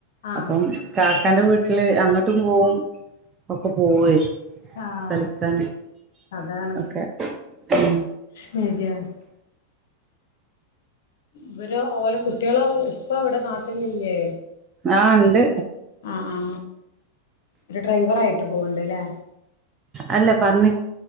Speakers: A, on the left; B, on the right.
A: ആഹ്
B: അപ്പം കാക്കാന്റെ വീട്ടില് അങ്ങോട്ടും പോകും ഒക്കെ പോവെ
A: ആഹ്
B: കളിക്കാന്.
A: അതാണ്
B: ഒക്കെ ഉം.
A: ശരിയാണ് ഇവര് ഓലെ കുട്ടികളെ ഉപ്പ ഇവിടെ നാട് ട്ടിലില്ലേ
B: ആ ഉണ്ട്
A: ആ ആ ഒരു ഡ്രൈവറായിട്ട് പോവിണ്ട് ല്ലേ?
B: അല്ല പറഞ്